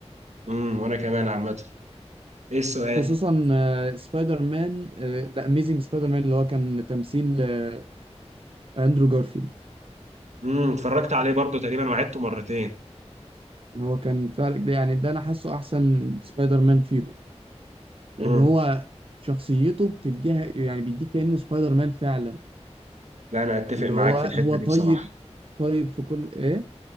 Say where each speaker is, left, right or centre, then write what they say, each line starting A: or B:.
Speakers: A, on the right (about 75°); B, on the right (about 50°).
A: امم وانا كمان عامة ايه السؤال
B: خصوصا آه، سبايدر مان ذا اميزنج سبايدر مان اللي هو كان تمثيل آه، اندرو جارفيلد
A: امم اتفرجت عليه برضو تقريبا وعدته مرتين
B: هو كان فعلا ده يعني ده انا حاسه احسن سبايدر مان فيهم لان
A: امم
B: هو شخصيته بتديها يعني بيديك كانه سبايدر مان فعلا
A: لا انا اتفق
B: اللي
A: معاك
B: هو
A: في
B: هو
A: الحته
B: طيب
A: دي بصراحه
B: طيب في كل ايه